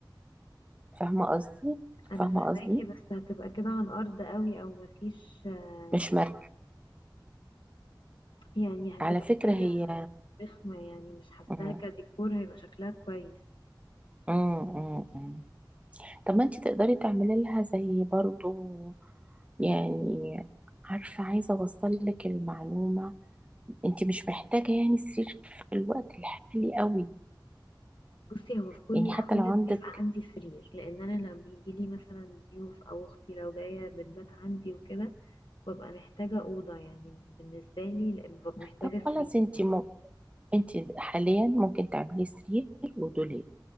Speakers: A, on the right; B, on the left.
A: فاهمه قصدي
B: انا
A: فاهمه
B: فاهماكي
A: قصدي
B: بس هتبقى كده على الارض قوي او مفيش آه،
A: مش مرتب
B: يعني هتبقى
A: على فكره
B: حاجه
A: هي
B: رخمه يعني مش حاساها
A: مم.
B: كديكور هيبقى شكلها كويس
A: مم. مم. طب ما انت تقدري تعملي لها زي برضو يعني عارفة عايزة اوصل لك المعلومة انت مش محتاجة يعني سرير في الوقت الحالي قوي
B: بصي هو في كل
A: يعني
B: الاحوال
A: حتى لو
B: لازم
A: عندك
B: يبقى عندي سرير لان انا لما بيجي لي مثلا ضيوف او اختي لو جايه بتبات عندي وكده ببقى محتاجه اوضه يعني بالنسبه لي لأن ببقى محتاجه
A: طب خلاص
B: سرير
A: انت
B: يعني
A: م... انت حاليا ممكن تعملي سرير ودولاب